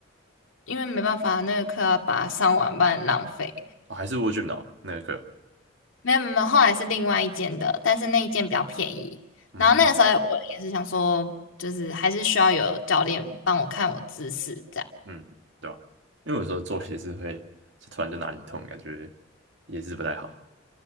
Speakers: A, on the left; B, on the right.
A: 因为没办法，那个课要把它上完，不然浪费。
B: 哦，还是蜗苣哦，那个课。
A: 没有没有，没有后来是另外一间的，但是那一间比较便宜。
B: 嗯
A: 然后那个时候我也是想说，就是还是需要有教练帮我看我姿势这样。
B: 嗯，对啊，因为有时候做也是会，就突然就哪里痛，感觉也是不太好，